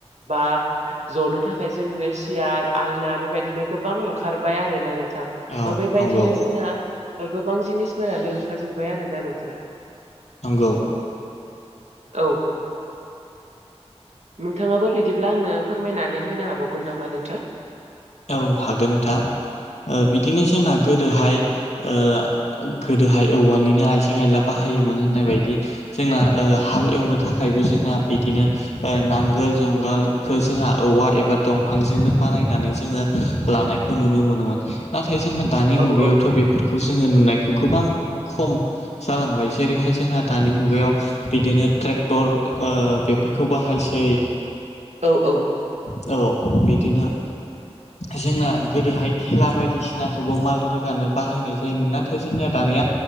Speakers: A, on the right; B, on the left.
A: बा जनो थाखाय जोंनो सियार आलना बेबायदिनो गोबां ओंखारबाय आरोना नों थां
B: औ
A: बेबायदिनो
B: नंगौ
A: जोंना गोबां जिनिसफोरानो ओंखारजोबबाय आरोना नोंथां।
B: नंगौ।
A: औव नोंथाङाबो बिदिब्ला आंनो फोरमायनानै होनो हाबावगोन नामा नोंथां।
B: औव हागोनथा ओ बिदिनो जोंना गोदोहाय ओ गोदोहाय औवानिनो आइजें आयला बाहायो होननाय बायदि जोंना हाल एवनो थाखायबो जोंना बिदिनो ओ नांगोल जं उवालखौ जोंहा औवा एबा दंफांजोंनो बानायनानै जोङो लानायखौ नुनो मोनोमोन नाथाय जोंहा दानि
A: औ
B: मुगायावथ'
A: औ
B: बेफोरखौ खौ जोङो नुनायखौ गोबां खम जालांबाय जेरैहाय जोंहा दानि मुगायाव बिदिनो ट्रेक्टर ओ बेफोरखौ बाहायसै
A: औव औव
B: औव बिदिनो जोंना गोदोहाय थेला बायदिसिनाखौबो माल रोगानो बाहायनाय जायोमोन। नाथाय जोंनिया दानिया